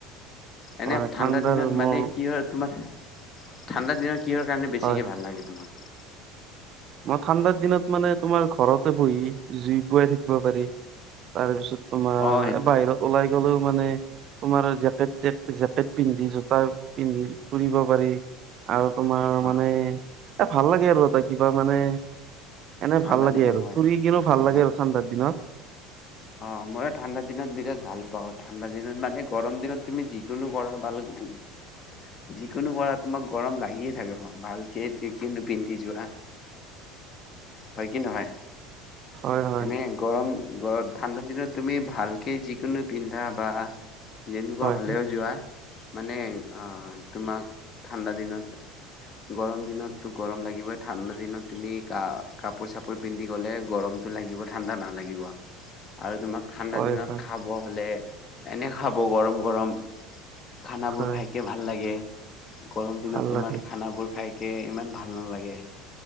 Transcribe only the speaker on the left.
এনে
ঠাণ্ডা
দিনত
মানে কি হয় তোমাৰ ঠাণ্ডা দিনত। কিহৰ কাৰণে বেছিকে
ভাল লাগে তোমাক।
অ সেইটো
অ
ঠাণ্ডা
দিনত
হয়
অ
অ ময়ো ঠাণ্ডা দিনত বিৰাট ভাল পাওঁ ঠাণ্ডা দিনত মানে গৰম দিনত তুমি যিকোনো কৰা ভাল। <unintelligible> যিকোনো কৰা তোমাক গৰম লাগিয়ে থাকে ভালকে যিকোনো পিন্ধি যোৱা হয় কি নহয়
এনেই গৰম গ ঠাণ্ডা দিনত তুমি ভালকৈ যিকোনো পিন্ধা বা যেনেকুৱা
হ'লেও যোৱা। মানে তোমাক ঠাণ্ডা দিনত গৰম দিনতটো গৰম লাগিবই ঠাণ্ডা দিনত তুমি কা কাপোৰ চাপোৰ পিন্ধি গ'লে গৰম সটো লাগিব ঠাণ্ডা নালাগিব। আৰু তোমাক ঠাণ্ডা
দিনত
খাব হ'লে এনেক খাব গৰম গৰম খানাবোৰ
খাইকে ভাল লাগে। গৰম দিনত
তোমাৰ
খানাবোৰ খাইকে ইমান ভাল নালাগে।